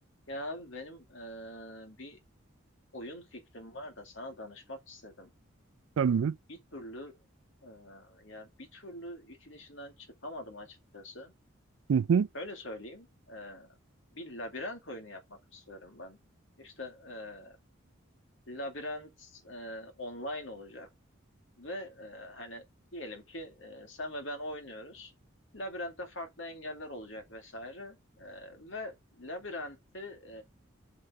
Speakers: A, on the left; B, on the right.
A: Ya abi benim eee, bir oyun fikrim var da sana danışmak istedim.
B: Tabii.
A: Bir türlü eee, ya bir türlü işin içinden çıkamadım açıkçası.
B: Hı hı.
A: Öyle söyleyeyim. eee, bir labirent oyunu yapmak istiyorum ben. İşte eee, labirent eee, online olacak ve eee, hani diyelim ki eee, sen ve ben oynuyoruz. Labirentte farklı engeller olacak vesaire. Eee, ve labirenti